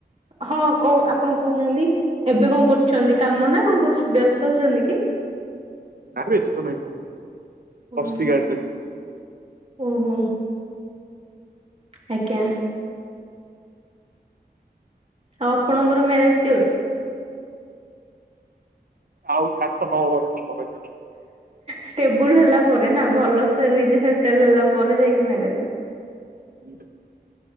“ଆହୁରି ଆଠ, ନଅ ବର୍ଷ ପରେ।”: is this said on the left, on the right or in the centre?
Right